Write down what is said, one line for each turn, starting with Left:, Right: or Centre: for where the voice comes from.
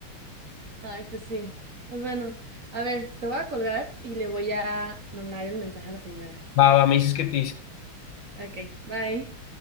Right: Ay, pues sí. Pues bueno, a ver, te voy a colgar y le voy a mandar el mensaje a la señora.
Left: Va, va, me dices que te dice.
Right: Ok, bye.